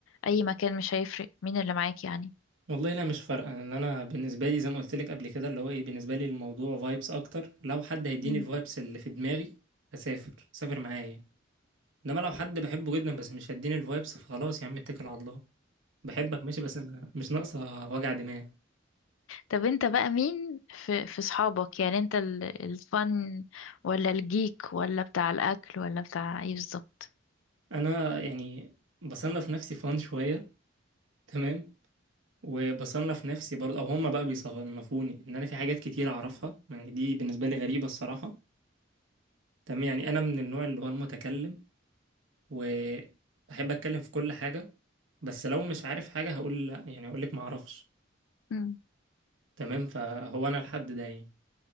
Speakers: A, on the left; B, on the right.
A: أي مكان مش هيفرق مين اللي معاك يعني
B: والله لا مش فارقه ان انا بالنسبه لي زي ما قلت لك قبل كده اللي هو ايه بالنسبه لي الموضوع فايبس اكتر لو حد هيديني
A: مم.
B: الفايبس اللي في دماغي هسافر سافر معايا انما لو حد بحبه جدا بس مش هيديني الفايبس فخلاص يا عم اتكل على الله بحبك ماشي بس أنا مش ناقصه وجع دماغ
A: طب انت بقى مين في في صحابك يعني انت ال- الفن ولا الجيك ولا بتاع الاكل ولا بتاع ايه بالظبط
B: انا يعني بصنف نفسي فان شويه تمام وبصنف نفسي برضه او هما بقى بيصنفوني ان انا في حاجات كتير اعرفها يعني دي بالنسبه لي غريبه الصراحه تمام يعني انا من النوع اللي هو المتكلم وبحب اتكلم في كل حاجة بس لو مش عارف حاجة هقول لا يعني هقول لك ما اعرفش
A: مم.
B: تمام فهو انا الحد ده يعني